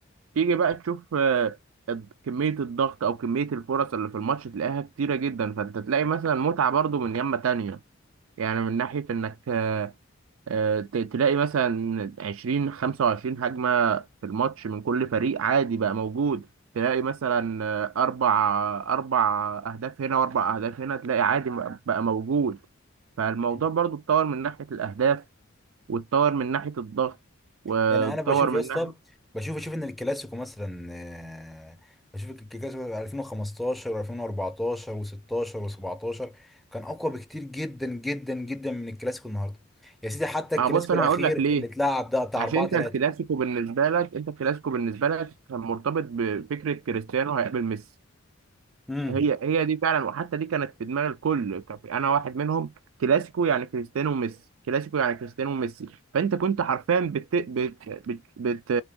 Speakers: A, on the right; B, in the centre.
A: تيجي بقى تشوف آه، الض- كميه الضغط او كميه الفرص اللي في الماتش تلاقيها كتيره جدا فانت تلاقي مثلا متعه برضو من يمه تانية يعني من ناحيه انك آه، آه، ت- تلاقي مثلا 20 25 هجمة في الماتش من كل فريق عادي بقى موجود تلاقي مثلا آه، أربع أربع أهداف هنا وأربع أهداف هنا تلاقي عادي بقى بقى موجود فالموضوع
B: مم.
A: برضو اتطور من ناحية الأهداف واتطور من ناحية الضغط واتطور
B: يعني انا بشوف
A: من
B: يا اسطى
A: ناحية
B: بشوف اشوف ان الكلاسيكو مثلا آه، بشوف الكلاسيكو 2015 و2014 و16 و17 كان اقوى بكتير جدا جدا جدا من الكلاسيكو النهارده يا سيدي حتى الكلاسيكو
A: ما هو بص أنا
B: الاخير
A: هقول لك ليه
B: اللي اتلعب ده بتاع
A: عشان
B: 4
A: أنت
B: 3
A: الكلاسيكو بالنسبة لك أنت الكلاسيكو بالنسبة لك كان مرتبط بفكرة كريستيانو هيقابل ميسي
B: امم
A: هي هي دي فعلا وحتى دي كانت في دماغ الكل كان في- انا واحد منهم كلاسيكو يعني كريستيانو وميسي كلاسيكو يعني كريستيانو وميسي فانت كنت حرفيا بت... بت... بت... بت...